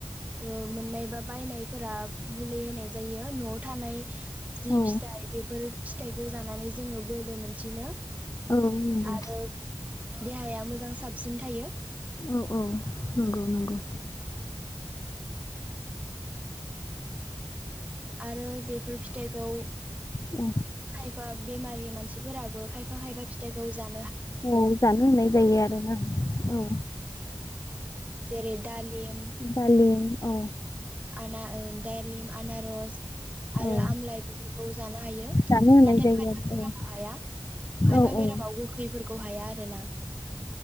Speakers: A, on the right (about 20°); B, on the left (about 40°).
A: ओ मोननाय बा बायनायफोरा मुलि होनाय जायो नआव थानाय जि
B: औ
A: फिथाइ बेफोर फिथाइखौ जानानै जोङो बोलो मोनसिनो
B: औ नंगौ।
A: आरो देहाया मोजां साबसिन थायो
B: औ औ नंगौ नंगौ।
A: आरो बेफोर फिथाइखौ
B: ओ।
A: खायफा बेमारि मानसिफोराबो खायफा खायफा फिथाइखौ जान
B: औ जानो होनाय जायो आरो ना औ।
A: जेरै दालिम
B: दालि औ
A: आना ओ दालिम। आनारस आरो
B: औ
A: आमलाइ बेफोरखौ जानो हायो
B: जानो होनाय
A: नाथाय
B: जायो
A: खायफा
B: आरो
A: बेरामाव हाया खायफा
B: औ औ
A: बेरामाव गोखैफोर ग हाया जेना